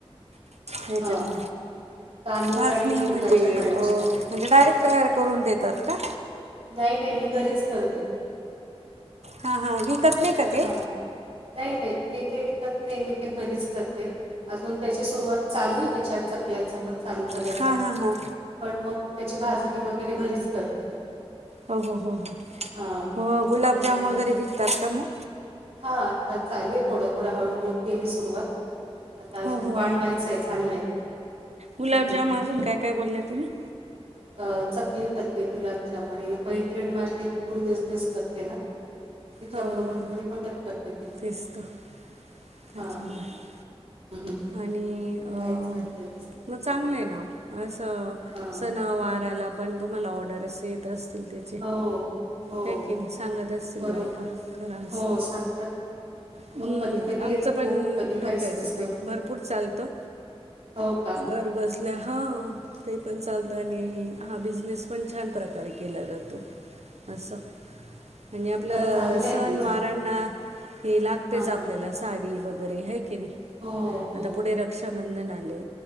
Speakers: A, on the right; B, on the right.
A: हेच्या
B: हां,
A: म
B: तांदूळ
A: भाजणी
B: आणि
A: म्हणजे
B: उडदाच्या डाळीची.
A: अ, म्हणजे डायरेक्ट तयार करून देतात का?
B: नाही नाही मी घरीच करते
A: हां हां विकत नाही का ते?
B: हां. नाही नाही मी ते विकत नाही मी ते घरीच करते अजून त्याची सुरुवात चालू, विचार चकल्यांचं पण चालू करायच,
A: हां हां हां
B: पण मग त्याची भाजणी वगैरे घरीच करते मी
A: हो, हो, हो, हो,
B: हां
A: हो गुलाबजाम
B: चालू
A: वगैरे
B: आहे आता.
A: विकतात का म?
B: आता चालूयं थोडं थोडं, हळूहळू केली सुरुवात आता अजून
A: हो हो
B: वाढवायच
A: हो
B: चे चाललंय.
A: गुलाबजाम
B: हम्म.
A: अजून काय, काय बोललाय तुम्ही?
B: अ चकली करते गुलाबच्या आणि मैत्रीन माझी फूड बिझनेस करते ना तिच्या
A: हो
B: बरोबर
A: हो,
B: थोडी मदत करते तिला
A: तेच तर <unintelligible>
B: हां हम्म.
A: आणि मग
B: ते आहे चालू आहे तसं
A: चांगलं
B: थोडं थोडं
A: आहे ना, असं
B: हां
A: सन वाराला पण तुम्हाला ऑर्डरस असतील ते
B: हो हो
A: काय केली सांगत असतील
B: बरोबर
A: बायका खरा असं
B: हो सांगतात
A: हम्म
B: मग कधी कधी
A: आमचं
B: येतं
A: पण
B: खूप कधी
A: धोकायचं
B: काहीच नसतं
A: पीठ भरपूर चालतं,
B: हो का
A: घरबसल्या हां ते पण चालतं आणि हा बिझनेस पण छान प्रकारे केला जातो असं म्हणजे आपलं
B: हे खरं चांगलं आहे
A: सण
B: तुमचं
A: वारांना हे लागतेच
B: हां
A: आपल्याला
B: हां
A: साडी वगैरे हाय की नाही
B: हो. हो
A: आता पुढे रक्षाबंधन आले,